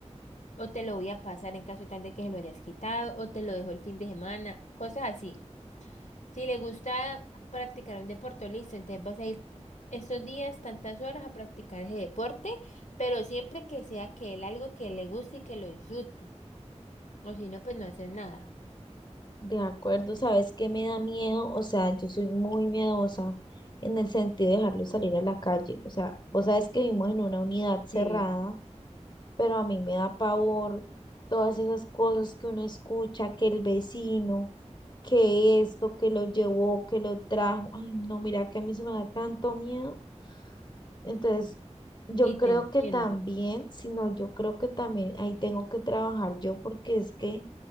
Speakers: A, on the left; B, on the left.
A: o te lo voy a pasar en caso tal de que se lo hayas quitado o te lo dejo el fin de semana, cosas así. Si le gusta practicar un deporte, listo, entonces vas a ir estos días, tantas horas a practicar ese deporte, pero siempre que sea que él algo que le guste y que lo disfrute. O si no, pues no haces nada.
B: De acuerdo, ¿sabes qué me da miedo? O sea, yo soy muy miedosa en el sentido de dejarlo salir a la calle. O sea, vos sabes que vivimos en una unidad cerrada,
A: Sí,
B: pero a mí me da pavor todas esas cosas que uno escucha, que el vecino, que esto, que lo llevó, que lo trajo. Ay, no, mira que a mí eso me da tanto miedo. Entonces, yo
A: y
B: creo
A: te entiendo.
B: que también, sino yo creo que también ahí tengo que trabajar yo porque es que